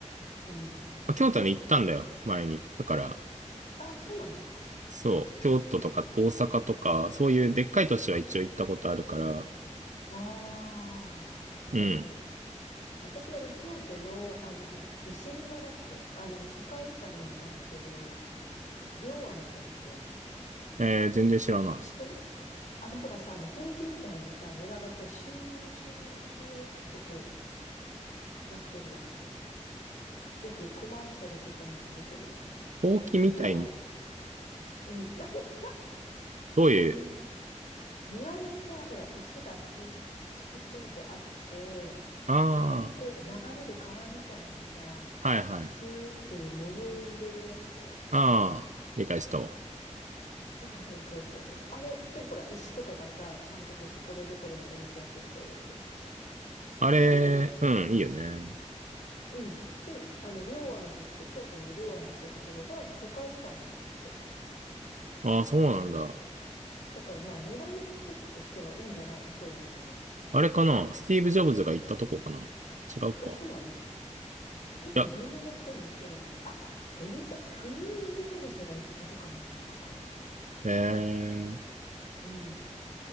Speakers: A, on the left; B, on the right.
A: うん。
B: まあ、京都はね、行ったんだよ、前に。だから、
A: あ、そうなの
B: そう、京都とか大阪とか、そういうでっかい都市は一応行ったことあるから、
A: ああー、なるほど。
B: うん。
A: 私はあの、京都の、あの、ほら、石庭だっけあの、世界遺産になってる、龍安寺だっけ
B: えー全然知らない。
A: 知ってるあの、ほらさ、あの、ほうきみたいにさ、庭がこう、シューシューシューってこう、なってるやつ。よくコマーシャルとかにも出てるようなさ、
B: ほうきみたいに、
A: 両案。うん。<laughs> なんか
B: どういう、
A: に、庭にさ、ほら、石が突き、敷き詰めてあって、
B: ああ、
A: そこにこう、流れる川みたいにさ、
B: はいはい。
A: スーっていう模様を入れるやつ。
B: ああ、理解したわ。
A: そうそうそうそう。あれってほら、石とかがさ、ちゃんとこう、ところどころに置いてあってとかいうやつ。
B: あれ、
A: あれの、
B: うん、いいよね。
A: うん。で、あの、龍安寺って、京都の龍安寺ってところが世界遺産なんだって。
B: ああ、そうなんだ。
A: だからまあ、庭の一つとしてはいいんじゃないのそういうのも。
B: あれかなスティーブ・ジョブズが行ったとこかな違うか。
A: え、そうなの結構有名な人も行ってるよね。
B: いや、
A: あ、エリザ、クイーンエリザベスが行ったとかなんとかかんとか。
B: えー、
A: うん。